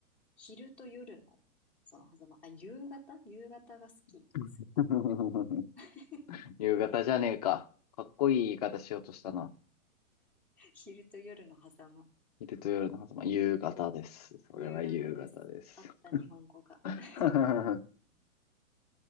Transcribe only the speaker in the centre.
昼と夜の、その狭間、あ、夕方夕方が好き、
すっごく。<laughs>
昼と夜の狭間、
夕方です。あった日本語が。
<laughs>